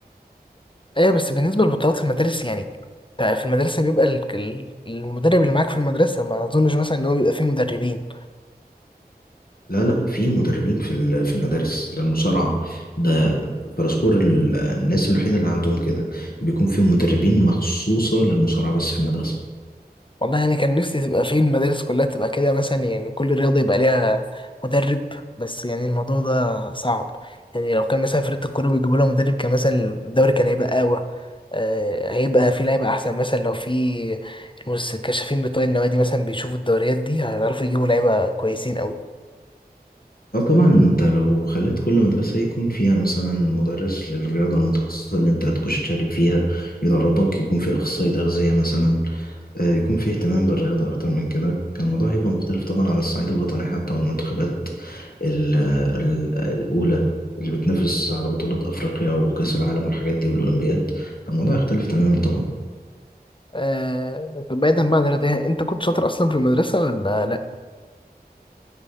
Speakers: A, on the left; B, on the left.
A: ايوه بس بالنسبة للبطولات في المدارس يعني انت في المدرسة بيبقى ال- ال- المدرب اللي معاك في المدرسة ما اظنش مثلا ان هو بيبقى فيه مدربين
B: لا لا في مدربين في ال- في المدارس للمصارعة ده فرسكور ال- الناس الوحيدة اللي عندهم كده بيكون فيهم مدربين مخصوصة للمصارعة بس في المدرسة
A: والله يعني كان نفسي تبقى في المدارس كلها تبقى كده مثلا يعني كل رياضة يبقى ليها مدرب بس يعني الموضوع ده صعب يعني لو كان مثلا فرقة الكورة بيجيبوا لها مدرب كان مثلا الدوري كان هيبقى أقوى آه، هيبقى في لعيبة أحسن مثلا لو في المس- الكشافين بتوع النوادي مثلا بيشوفوا الدوريات دي هيعرفوا يجيبوا لعيبة كويسين أوي
B: اه طبعا انت لو خليت كل مدرسة يكون فيها مثلا مدرس للرياضة المتخصصة اللي انت هتخش تشارك فيها يدربك يكون في أخصائي تغذية مثلا آه، يكون فيه اهتمام بالرياضة أكتر من كده كان الموضوع هيبقى مختلف طبعا على الصعيد الوطني حتى والمنتخبات ال- ال- الأولى اللي بتنافس على بطولات أفريقيا وكأس العالم والحاجات دي والأولمبياد الموضوع يختلف تماما طبعا
A: آه، طب بعيدا بقى عن الرياضة يعني أنت كنت شاطر أصلا في المدرسة ولا لأ؟